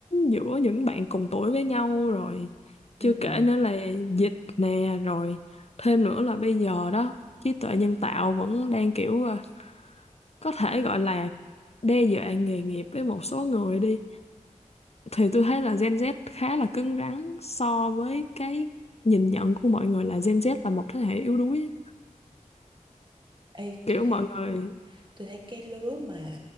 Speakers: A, on the left; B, on the right.
A: giữa những bạn cùng tuổi với nhau rồi
B: ừ.
A: chưa kể nữa là dịch nè rồi thêm nữa là bây giờ đó trí tuệ nhân tạo vẫn đang kiểu ờ, có thể gọi là đe dọa nghề nghiệp với một số người đi thì tôi thấy là Gen Z khá là cứng rắn so với cái nhìn nhận của mọi người là Gen Z là một thế hệ yếu đuối
B: Ê,
A: kiểu
B: tôi thấy
A: mọi người
B: tôi thấy cái lứa mà